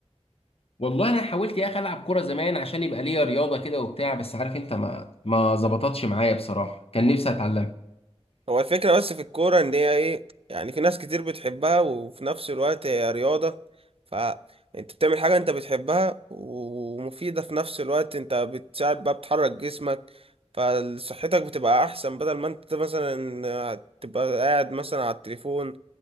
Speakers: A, on the left; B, on the right.
A: والله انا حاولت يا اخي العب كوره زمان عشان يبقى ليا رياضه كده وبتاع بس عارف انت ما ما ظبطتش معايا بصراحه كان نفسي اتعلمها
B: هو الفكرة بس في الكورة ان هي ايه يعني في ناس كتير بتحبها وفي نفس الوقت هي رياضة فانت بتعمل حاجة انت بتحبها ومفيدة في نفس الوقت انت بتساعد بقى بتحرك جسمك فصحتك بتبقى احسن بدل ما انت مثلا تبقى قاعد مثلا على التليفون